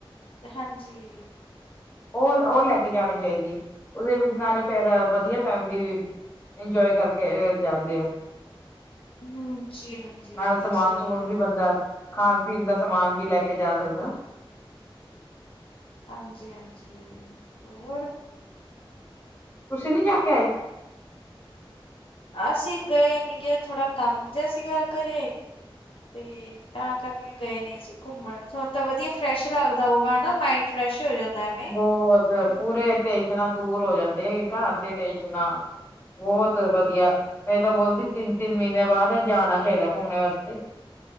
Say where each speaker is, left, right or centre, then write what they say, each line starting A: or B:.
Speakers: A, on the left; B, on the left.
A: ਹਾਂਜੀ,
B: ਓ ਓ ਲੈ ਕੇ ਜਾਣੀ ਚਾਹੀਦੀ ਉਹਦੇ ਵਿੱਚ ਨਾਲੇ ਫੇਰ ਵਧੀਆ। ਫੈਮਿਲੀ ਇੰਜੋਏ ਕਰਕੇ ਜਾਂਦੇ ਆ।
A: ਹੂੰ, ਜੀ ਹਾਂਜੀ
B: ਨਾਲ ਸਮਾਨ
A: ਸਹੀ
B: ਸਮੂਨ
A: ਗੱਲ
B: ਵੀ ਬੰਦਾ
A: ਆ।
B: ਖਾਣ ਪੀਣ ਦਾ ਸਮਾਨ ਵੀ ਲੈ ਕੇ ਜਾ ਸਕਦਾ।
A: ਹਾਂਜੀ ਹਾਂਜੀ ਹੋਰ
B: ਤੁਸੀਂ ਨੀ ਜਾ ਕੇ ਆਏ?
A: ਅਸੀਂ ਗਏ ਨੀਗੇ ਥੋੜਾ ਕੰਮ ਨਾ ਸੀਗਾ ਘਰੇ। ਤੇ ਤਾਂ ਕਰਕੇ ਗਏ ਨੀ ਅਸੀਂ ਘੁੰਮਣ ਸਾਨੂੰ ਤਾਂ ਵਧੀਆ ਫਰੈਸ਼ ਲੱਗਦਾ ਹੋਊਗਾ ਹਨਾ ਮਾਇੰਡ ਫਰੈਸ਼ ਹੋ ਜਾਂਦਾ ਐਵੇ
B: ਬਹੁਤ
A: <unintelligible>
B: ਪੂਰੇ ਟੈਨਸ਼ਨਾਂ ਦੂਰ ਹੋ ਜਾਂਦੇ ਘਰ ਦੇ ਟੈਸ਼ਨਾਂ ਬਹੁਤ ਵਧੀਆ
A: ਹਾਂ
B: ਤਾਂ ਬੋਲਦੀ ਤਿੰਨ ਤਿੰਨ ਮਹੀਨੇ ਬਾਅਦ ਜਾਣਾ ਚਾਹੀਦਾ ਘੁੰਮਣੇ ਵਾਸਤੇ।